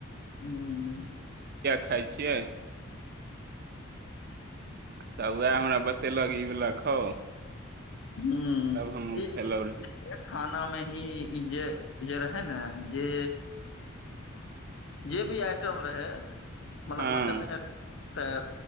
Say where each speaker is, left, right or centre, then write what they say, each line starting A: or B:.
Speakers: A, on the left; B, on the right.
A: ह्म्म।
B: खाय छियै। त उहाए हमरा बतेलक इ बला खाउ।
A: ह्म्म
B: तब हमहूँ
A: ई
B: खेलहुँ रहे
A: एक खाना मे ही इ इ जे जे रहय ने जे जे भी आइटम रहै। मतलब
B: हँ
A: मटन ते